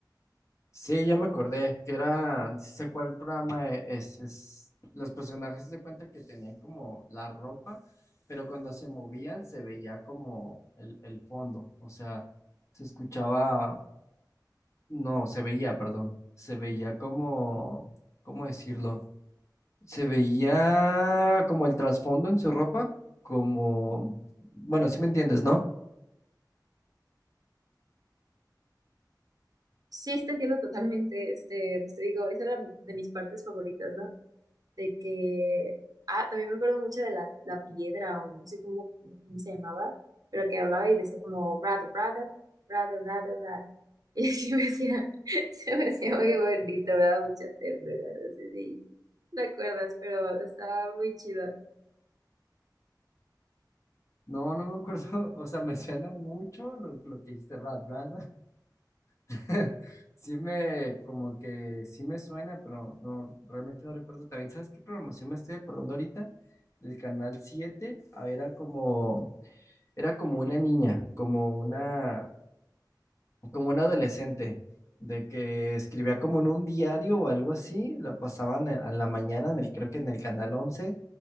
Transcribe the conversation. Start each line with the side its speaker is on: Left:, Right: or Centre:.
Left: Sí, ya me acordé, que era, sí sé cuál programa e- es, es, los personajes de cuenta que tenían como la ropa, pero cuando se movían se veía como el, el fondo, o sea, se escuchaba, no, se veía, perdón, se veía como, ¿cómo decirlo? Se veía como el trasfondo en su ropa, como, bueno, sí me entiendes, ¿no?
Right: Sí, sí te entiendo totalmente, este, pues te digo, esa era de mis partes favoritas, ¿no? de que, ah, también me acuerdo mucho de la, la piedra, o no sé cómo, cómo se llamaba, pero que hablaba y decía como, rato, rato, rato, rato, rato. <laughs> Y así me hacía, <laughs> se me hacía muy bonito, me daba mucha ternura, no sé si te acuerdas, pero estaba muy chido.
Left: No, no me acuerdo, <laughs> o sea, me suena mucho lo, lo que dijiste, Rat Brand. <laughs> Sí me, como que sí me suena, pero no, realmente no recuerdo. También, ¿sabes qué programación me estoy acordando ahorita? Del canal siete ah, era como, era como una niña, como una, como un adolescente, de que escribía como en un diario o algo así, la pasaban a la mañana, en el, creo que en el Canal once